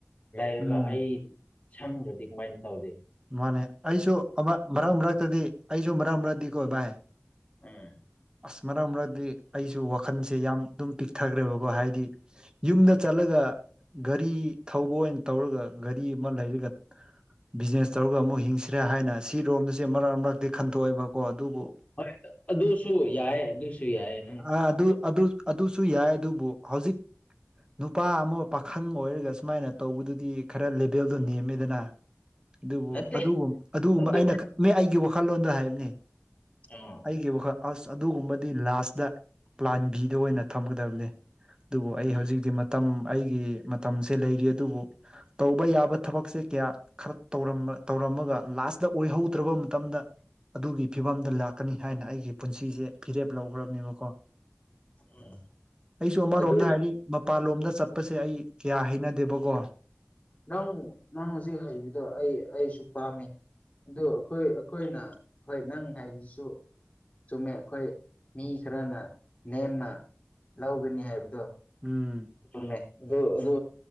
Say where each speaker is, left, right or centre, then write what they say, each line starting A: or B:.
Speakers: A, on the left; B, on the right.
A: ꯂꯩꯔꯒ
B: ꯎꯝ
A: ꯑꯩ ꯁꯪꯈ꯭ꯔꯗꯤ ꯀꯃꯥꯏꯅ ꯇꯧꯗꯦ
B: ꯃꯥꯅꯦ ꯑꯩꯁꯨ ꯑꯃ ꯃꯔꯛ ꯃꯔꯛꯇꯗꯤ ꯑꯩꯁꯨ ꯃꯔꯛ ꯃꯔꯛꯇꯗꯤ ꯀꯣꯏꯕ ꯍꯥꯏ
A: ꯎꯝ
B: ꯑꯁ ꯃꯔꯛ ꯃꯔꯛꯇ ꯑꯩꯁꯨ ꯋꯥꯈꯜꯁꯦ ꯌꯥꯝ ꯑꯗꯨꯝ ꯄꯤꯛꯊꯈ꯭ꯔꯦꯕꯀꯣ ꯍꯥꯏꯗꯤ ꯌꯨꯝꯗ ꯆꯠꯂꯒ ꯒꯥꯔꯤ ꯊꯧꯕ ꯑꯣꯏꯅ ꯇꯧꯔꯒ ꯘꯔꯤ ꯑꯃ ꯂꯩꯔꯒ ꯕꯤꯖꯤꯅꯦꯁ ꯇꯧꯔꯒ ꯑꯃꯨꯛ ꯍꯤꯡꯁꯤꯔꯦ ꯍꯥꯏꯅ ꯁꯤꯔꯣꯝꯗꯁꯦ ꯃꯔꯛ ꯃꯔꯛ ꯗꯗꯤ ꯈꯟꯇꯣꯛꯑꯦꯕꯀꯣ ꯑꯗꯨꯕꯨ
A: ꯍꯣꯏ ꯑꯗꯨꯁꯨ ꯌꯥꯏ ꯑꯗꯨꯁꯨ ꯌꯥꯏꯌꯦ
B: ꯑ ꯑꯗꯨ ꯑꯗꯨꯁꯨ ꯌꯥꯏ ꯑꯗꯨꯕꯨ ꯍꯧꯖꯤꯛ ꯅꯨꯄꯥ ꯑꯃ ꯄꯥꯈꯪ ꯑꯣꯏꯔꯒ ꯁꯨꯃꯥꯏꯅ ꯇꯧꯕꯗꯨꯗꯤ ꯈꯔ ꯂꯦꯕꯦꯜꯗꯣ ꯅꯦꯝꯃꯦꯗꯅ ꯑꯗꯨꯕꯨ
A: ꯅꯠꯇꯦ
B: ꯑꯗꯨꯒ ꯑꯗꯨꯒꯨꯝꯕ
A: ꯑꯗꯨꯃꯥꯏꯅ
B: ꯑꯩꯅ ꯃꯤ ꯑꯩꯒꯤ ꯋꯥꯈꯜꯂꯣꯟꯗ ꯍꯥꯏꯕꯅꯦ
A: ꯑ
B: ꯑꯩꯒꯤ ꯋꯥꯈꯜ ꯑꯁ ꯑꯗꯨꯒꯨꯝꯕꯗꯤ ꯂꯥꯁꯇ ꯄ꯭ꯂꯥꯟꯕꯤꯗ ꯑꯣꯏꯅ ꯊꯝꯒꯗꯕꯅꯦ ꯑꯗꯨꯕꯨ ꯑꯩ
A: ꯎꯝ
B: ꯍꯧꯖꯤꯛꯇꯤ ꯃꯇꯝ ꯑꯩꯒꯤ ꯃꯇꯝꯁꯦ ꯂꯩꯔꯤ ꯑꯗꯨꯕꯨ ꯇꯧꯕ ꯌꯥꯕ ꯊꯕꯛꯁꯦ ꯀꯌꯥ ꯈꯔꯧꯔ ꯇꯧꯔꯝꯃꯒ ꯂꯥꯁꯇ ꯑꯣꯏꯍꯧꯗ꯭ꯔꯕ ꯃꯇꯝꯗ ꯑꯗꯨꯒꯤ ꯐꯤꯕꯝꯗ ꯂꯥꯛꯀꯅꯤ ꯍꯥꯏꯅ ꯑꯩꯒꯤ ꯄꯨꯟꯁꯤꯁꯦ ꯐꯤꯔꯦꯞ ꯂꯧ ꯍꯧꯅꯦꯕꯀꯣ
A: ꯎꯝ
B: ꯑꯩꯁꯨ ꯑꯃꯔꯣꯝꯗ
A: ꯑꯗꯨ
B: ꯍꯥꯏꯔꯗꯤ ꯃꯄꯥꯟꯂꯣꯝꯗ ꯆꯠꯄꯁꯦ ꯑꯩ ꯀꯌꯥ ꯍꯩꯅꯗꯦꯕꯀꯣ
A: ꯅꯪ ꯅꯪ ꯍꯧꯖꯤꯛ ꯍꯩꯕꯗꯣ ꯑꯩ ꯑꯩꯁꯨ ꯄꯥꯝꯃꯤ ꯑ ꯑꯩꯈꯣꯏ ꯑꯩꯈꯣꯏꯅ ꯍꯣꯏ ꯅꯪ ꯍꯥꯏꯕꯗꯨꯁꯨ ꯆꯨꯝꯃꯦ ꯑꯩꯈꯣꯏ ꯃꯤ ꯈꯔꯅ ꯅꯦꯝꯃ ꯂꯧꯒꯅꯤ ꯍꯥꯏꯕꯗꯣ
B: ꯎꯝ
A: ꯁꯃꯦ ꯑꯗꯨ ꯑꯗꯨ